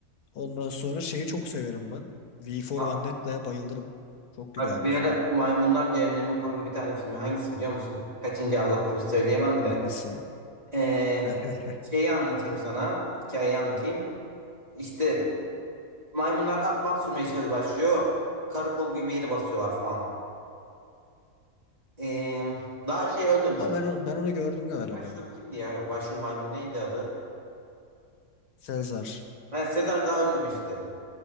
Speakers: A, on the left (about 75°); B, on the right (about 25°).
A: Ondan sonra şeyi çok severim ben. V for
B: Aa,
A: Vendetta'ya bayılırım. Çok güzel
B: Bak bir
A: bir film.
B: ara Maymunlar Cehennem'in kanka bir tane filmi hangisi biliyor musun? Kaçıncı Allah bilir söyleyemem de.
A: Hangisi?
B: Ee,
A: <laughs>
B: şeyi anlatayım sana. Hikayeyi anlatayım. İşte maymunlar at mat sürmeye şey- başlıyor. Karakol gibi bir yeri basıyorlar falan. Ee, daha şey ölmemişti
A: Aa, ben,
B: işte.
A: onu- ben onu gördüm galiba.
B: Başrol kimdi ya? Başrol maymun neydi adı?
A: Sezar.
B: Ha, Sezar daha ölmemişti.